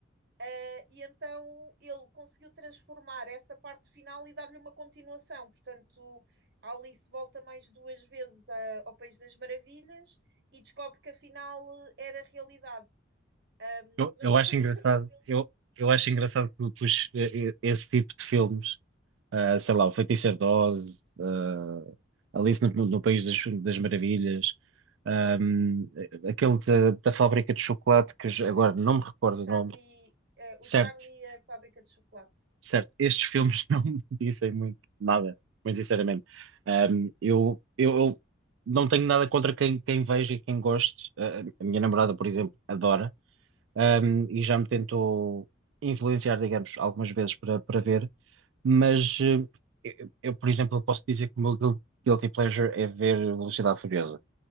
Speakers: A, on the right (about 60°); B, on the right (about 75°).
A: Eh, E então ele conseguiu transformar essa parte final e dar-lhe uma continuação. Portanto, a Alice volta mais duas vezes a- ao País das Maravilhas e descobre que afinal eh, era realidade. Ahm,
B: eu,
A: mas
B: eu
A: a
B: acho
A: <laughs> forma
B: engraçado.
A: como ele.
B: Eu, eu acho engraçado que, que os- esse tipo de filmes. ah, sei lá, o Feiticeiro de Oz, ah, Alice no, no País das, das Maravilhas, ahm, aquele da, da Fábrica de Chocolate, que já- agora não me recordo
A: O Charlie,
B: o nome,
A: eh, o
B: certo,
A: Charlie e a Fábrica de Chocolate.
B: certo, estes filmes <laughs> não me dizem muito nada, muito sinceramente. Ahm, eu, eu, eu não tenho nada contra quem, quem veja e quem goste, Ah, a minha namorada, por exemplo, adora, ahm, e já me tentou influenciar, digamos, algumas vezes para, para ver. Mas eh, eu, eu, por exemplo, eu posso dizer que o meu guil- guilty pleasure é ver Velocidade Furiosa.